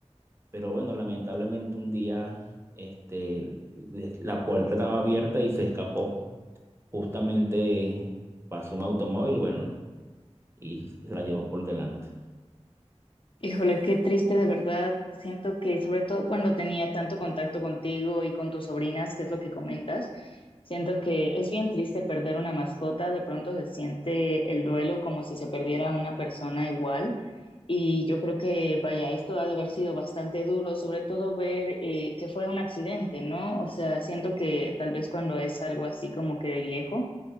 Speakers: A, on the right; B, on the left.
A: Pero bueno, lamentablemente un día este, de- la puerta estaba abierta y se escapó. Justamente pasó un automóvil, bueno, y se la llevó por delante.
B: Híjole, qué triste de verdad. Siento que sobre todo cuando tenía tanto contacto contigo y con tus sobrinas, que es lo que comentas, siento que es bien triste perder una mascota. De pronto se siente el duelo como si se perdiera una persona igual. Y yo creo que, vaya, esto ha de haber sido bastante duro, sobre todo ver eh, que fue un accidente, ¿no? O sea, siento que tal vez cuando es algo así como que de viejo